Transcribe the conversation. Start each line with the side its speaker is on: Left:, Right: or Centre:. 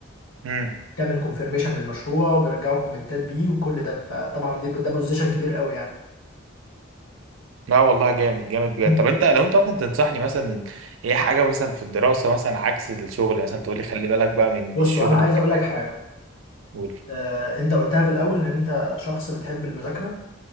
Right: امم
Left: تعمل كونفيرميشن للمشروع وبيرجعوا كومنتات بيه وكل ده فطبعا دي ده بوزيشن كبير قوي يعني
Right: لا والله جامد جامد بجد
Left: <laughs>
Right: طب أنت لو أنت مثلا تنصحني مثلا إيه حاجة مثلا في الدراسة مثلا عكس الشغل مثلا تقول لي خلي بالك بقى من
Left: بص
Right: الشغل
Left: وانا عايز
Right: كده
Left: اقول لك حاجه
Right: قول
Left: آه، انت قلتها في الاول ان انت شخص بتحب المذاكره